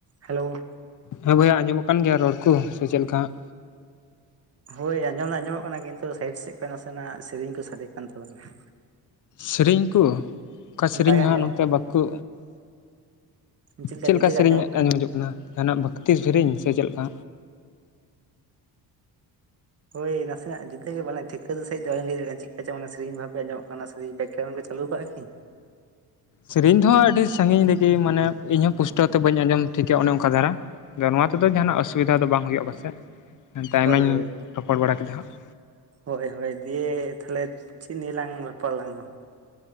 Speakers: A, on the right; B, on the left.
A: Hello
B: ᱦᱮᱸ ᱵᱚᱭᱦᱟ ᱟᱸᱡᱚᱢᱚᱜ ᱠᱟᱱ ᱜᱮᱭᱟ ᱨᱚᱲ ᱠᱚ, ᱥᱮ ᱪᱮᱫ ᱞᱮᱠᱟᱦᱟᱜ?
A: ᱦᱳᱭ ᱟᱸᱡᱚᱢ ᱫᱚ ᱟᱸᱡᱚᱢᱚᱜ ᱠᱟᱱᱟ ᱠᱤᱱᱛᱩ ᱥᱟᱭᱤᱰ ᱥᱮᱫ ᱠᱷᱚᱱ ᱱᱟᱥᱮᱱᱟᱜ ᱥᱮᱨᱮᱧ ᱠᱚ ᱥᱟᱰᱮ ᱠᱟᱱ ᱛᱟᱵᱮᱱᱟ ᱾
B: ᱥᱮᱨᱮᱧ ᱠᱚ, ᱚᱠᱟ
A: ᱚᱱᱠᱟ
B: ᱥᱮᱨᱮᱧ
A: ᱜᱮ
B: ᱢᱟᱸᱜ
A: ᱟᱸᱡᱚᱢᱚᱜ
B: ᱱᱚᱛᱮ ᱵᱟᱠᱚ
A: ᱪᱮᱫ ᱞᱮᱠᱟ
B: ᱪᱮᱫᱞᱮᱠᱟ
A: ᱡᱩᱫᱟᱹ ᱜᱮ
B: ᱥᱮᱨᱮᱧ
A: ᱟᱸᱡᱚᱢᱚᱜ
B: ᱟᱸᱡᱚᱢᱡᱚᱜ ᱠᱟᱱᱟ, ᱡᱟᱦᱟᱱᱟᱜ ᱵᱷᱠᱛᱤ ᱥᱮᱨᱮᱧ ᱥᱮ ᱪᱮᱫᱞᱮᱠᱟ?
A: ᱦᱳᱭ ᱱᱟᱥᱮᱱᱟᱜ ᱡᱩᱫᱟᱹ ᱜᱮ ᱢᱟᱱᱮ ᱴᱷᱤᱠᱟᱹ ᱥᱟᱦᱟᱣ ᱫᱚ ᱞᱟᱹᱭ ᱫᱟᱲᱮ ᱪᱮᱫ ᱠᱟ ᱪᱚᱝ ᱥᱮᱨᱮᱧ ᱵᱷᱟᱵᱮ ᱟᱸᱡᱚᱢ ᱠᱟᱱᱟ ᱾ ᱜᱚᱝᱠᱮ ᱪᱟᱹᱩ ᱟᱠᱟᱟᱜᱼᱟ ᱠᱤᱱ,
B: ᱥᱮᱨᱮᱧ ᱫᱚᱦᱚᱸ ᱟᱹᱰᱤ ᱥᱟᱺᱜᱤᱧ ᱨᱮᱜᱮ ᱾ ᱢᱟᱱᱮ ᱤᱧ ᱦᱚᱸᱚᱸ ᱯᱩᱥᱴᱟᱹᱣ ᱛᱮ ᱵᱟᱹᱧ ᱟᱸᱡᱚᱢ ᱴᱷᱤᱠᱭᱟ ᱚᱱᱮ ᱚᱱᱠᱟ ᱫᱷᱟᱨᱟ ᱾ ᱟᱫᱚ ᱱᱚᱣᱟ ᱛᱮᱫᱚ ᱡᱟᱦᱟᱱᱟᱜ ᱚᱥᱩᱵᱤᱫᱷᱟ ᱫᱚ ᱵᱟᱝ ᱦᱩᱭᱩᱜ ᱯᱟᱥᱮᱡ ᱮᱛᱮ ᱟᱭᱢᱟ
A: ᱦᱳᱭ ᱦᱳᱭ
B: ᱨᱚᱯᱚᱲ ᱵᱟᱲᱟ ᱠᱮᱫᱟ ᱦᱟᱸᱜ ᱾
A: ᱦᱳᱭ ᱦᱳᱭ ᱫᱤᱭᱮ ᱛᱟᱦᱚᱞᱮ ᱪᱮᱫ ᱱᱤᱭᱟᱹ ᱞᱤᱭᱟ ᱞᱟᱝ ᱨᱚᱯᱚᱲ ᱟᱠᱟᱫᱟ ᱫᱚ ᱾